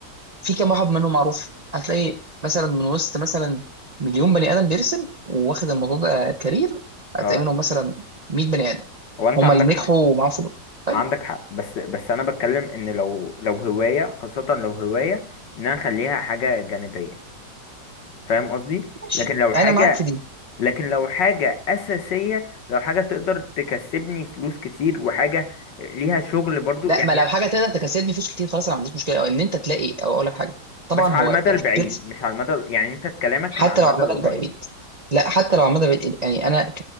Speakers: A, on the right; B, on the left.
A: في كام واحد منهم معروف هتلاقي مثلا من وسط مثلا مليون بني ادم بيرسم واخد الموضوع ده كارير
B: اه
A: هتلاقي منهم مثلا 100 بني ادم
B: هو انت
A: هما
B: عندك
A: اللي نجحوا
B: حق
A: ومعاهم فلوس طيب
B: عندك حق بس بس انا بتكلم ان لو لو هوايه خاصه لو هوايه ان انا اخليها حاجه جانبيه فاهم قصدي
A: ماشي
B: لكن لو حاجه
A: انا معاك في دي
B: لكن لو حاجه اساسيه لو حاجه تقدر تكسبني فلوس كتير وحاجه ليها شغل برضو
A: لا
B: يعني
A: ما لو حاجه تقدر تكسبني فلوس كتير خلاص انا ما عنديش مشكله او ان انت تلاقي او اقول لك حاجه طبعا
B: بس على
A: هو
B: المدى
A: البيرس
B: البعيد مش على المدى يعني انت كلامك
A: حتى
B: كان على المدى
A: لو على المدى
B: القريب
A: البعيد لا حتى لو على المدى البعيد يعني انا ك